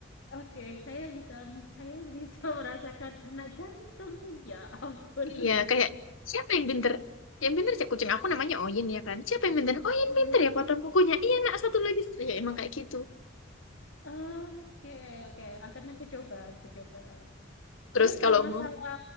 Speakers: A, on the left; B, on the left.
A: Oke, saya bisa saya bisa <laughs> merasakan anak ganteng. Ya ampun.
B: Iya kayak siapa yang pinter? Yang pinter sih kucing aku namanya Oyin ya kan. Siapa yang pinter? Oyin
A: <laughs>
B: pinter ya potong kukunya. Iya nak satu lagi. Ya emang kayak gitu.
A: Oke, oke. Akan aku coba, aku coba.
B: Terus
A: Terus
B: kalau
A: kalau masalah,
B: mau